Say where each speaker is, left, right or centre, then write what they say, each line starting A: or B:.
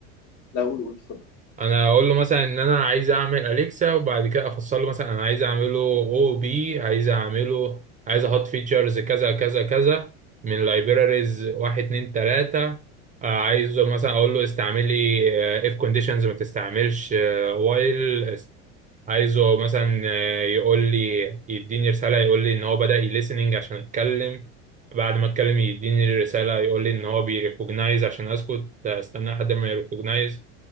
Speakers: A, on the left (about 55°); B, on the right (about 20°).
A: لا قول قول اتفضل
B: انا اقول له مثلا ان انا عايز اعمل اليكسا وبعد كده افصل له مثلا انا عايز اعمله او بي عايز اعمله عايز احط فيتشرز كذا كذا كذا من لايبراريز واحد اتنين تلاتة آه، عايزه مثلا اقول له استعملي اف كونديشنز ما تستعملش وايل عايزه مثلا آه، يقول لي يديني رسالة يقول لي ان هو بدأ يليسننج عشان اتكلم بعد ما اتكلم يديني رسالة يقول لي ان هو بيريكوجنايز عشان اسكت آه، استنى لحد ما يريكوجنايز